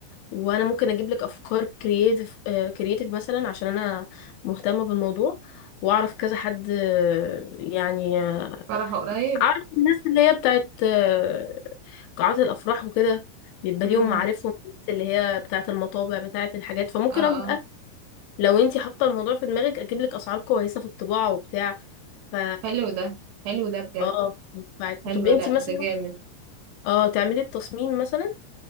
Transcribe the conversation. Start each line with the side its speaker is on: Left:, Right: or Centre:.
Left: وانا ممكن اجيب لك افكار كرييتيف كرييتيف مثلا عشان انا مهتمه بالموضوع واعرف كذا حد آه، يعني آه،
Right: فرح قريب
Left: اعرف الناس اللي هي بتاعت آه، قاعات الافراح وكده بيبقى
Right: امم
Left: ليهم معارفهم الناس اللي هي بتاعت المطابع بتاعت الحاجات فممكن
Right: اه اه
Left: أب- لو انتي حاطه الموضوع في دماغك اجيب لك اسعار كويسه في الطباعه وبتاع ف
Right: حلو ده حلو ده بجد
Left: اه ينفعك
Right: حلو
Left: طب انتي
Right: لا
Left: مثلا
Right: ده جامد
Left: اه تعملي التصميم مثلا